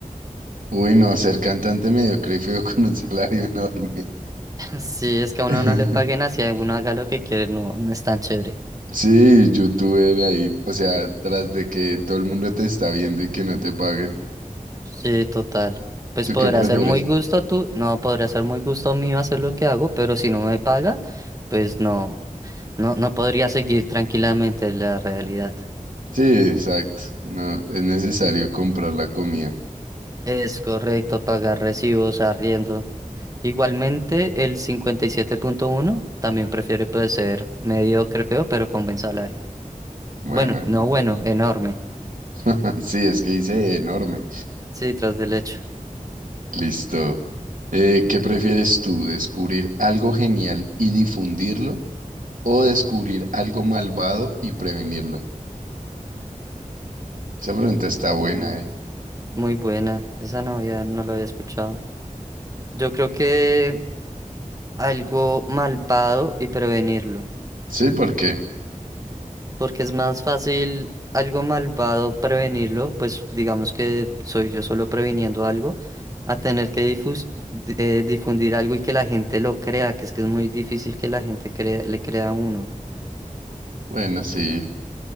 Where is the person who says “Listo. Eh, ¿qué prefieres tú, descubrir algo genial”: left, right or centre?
Right